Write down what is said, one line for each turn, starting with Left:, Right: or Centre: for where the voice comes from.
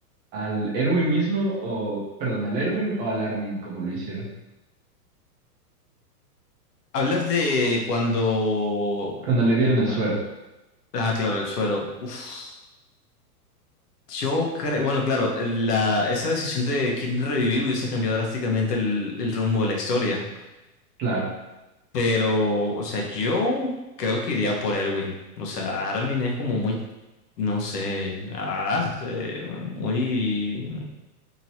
Right: al Erwin mismo o, perdón, al Erwin o al Armin como lo hicieron?
Left: Hablas de cuando...
Right: Cuando le dieron
Left: Ah,
Right: el suero.
Left: ah, claro, el suero. Uf. Yo creo, bueno, claro, la, esa decisión de quién revivir hubiese cambiado drásticamente el, el rumbo de la historia.
Right: Claro.
Left: Pero, o sea, yo creo que iría por Erwin. O sea, Armin es como muy, no sé, ah, eh, muy,